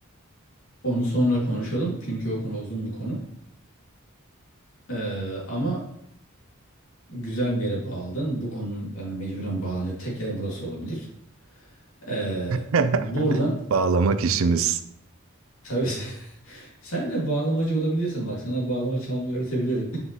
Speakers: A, on the left; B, on the right.
A: Onu sonra konuşalım çünkü o konu uzun bir konu. Ee, ama güzel bir yere bağladın. Bu konunun yani mecburen bağlanacak tek yer burası olabilir. Ee,
B: <laughs>
A: buradan
B: Bağlamak işimiz.
A: tabii <laughs> sen, sen de bağlamacı olabilirsin bak sana bağlama çalmayı öğretebilirim.